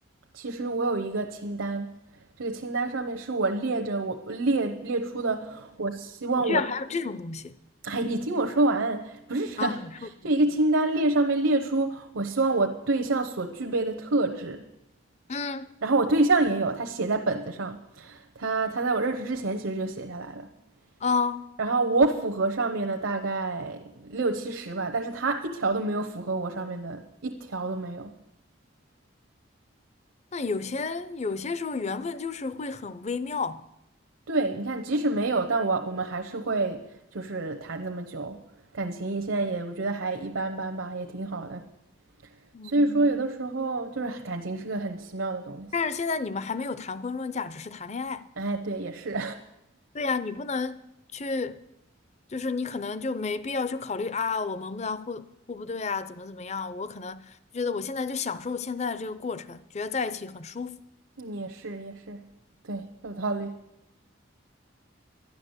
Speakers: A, on the right; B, on the left.
A: 其实我有一个清单，这个清单上面是我列着我列列出的，我希望我，
B: 居然还有这种东西
A: 哎，你听我说完，不是这，
B: 啊！
A: <laughs>
B: 你说，
A: 就一个清单列上面列出我希望我对象所具备的特质，
B: 嗯，
A: 然后我对象也有，他写在本子上，他他在我认识之前其实就写下来了。
B: 啊，
A: 然后我符合上面的大概六七十吧，但是他一条都没有符合我上面的，一条都没有。
B: 那有些有些时候缘分就是会很微妙。
A: 对，你看，即使没有，但我我们还是会就是谈这么久，感情现在也我觉得还一般般吧，也挺好的。
B: 嗯，
A: 所以说，有的时候就是感情是个很奇妙的东西。
B: 但是现在你们还没有谈婚论嫁，只是谈恋爱。
A: 哎，对，也是，
B: 对呀，你不能去，就是你可能就没必要去考虑啊，我们不当互互不对啊，怎么怎么样？我可能觉得我现在就享受现在这个过程，觉得在一起很舒服。
A: <laughs> 也是，也是，对，有道理。